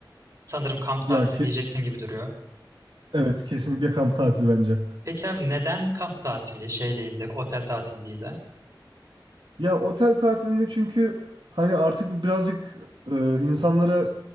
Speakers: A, on the right; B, on the right.
A: sanırım kamp tatili
B: Ya ki
A: diyeceksin gibi duruyor.
B: evet kesinlikle kamp tatili bence.
A: Peki abi neden kamp tatili şey değil de otel tatili değil de?
B: Ya otel tatilinde çünkü hani artık bu birazcık e, insanlara